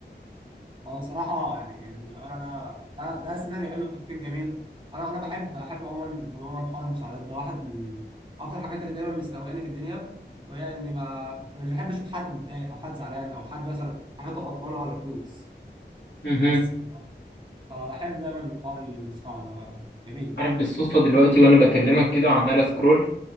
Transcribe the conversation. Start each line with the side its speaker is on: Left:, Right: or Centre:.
Right: هو صراحه يعني الامانه ده ده ده سيناريو حلو تفكير جميل انا انا بحب احب عموما عموما حوار المساعدات ده واحد من اكتر الحاجات اللي دايما مستهوياني في الدنيا وهي اني ما أنا مش بحب اشوف حد متضايق او حد زعلان او حد مثلا حياته عطلانه ولا فلوس
Left: مهم.
Right: بس اه بحب دايما حوار المستعمل آه، جميل
Left: عارف بالصدفة دلوقتي وانا بكلمك كده عمال اسكرول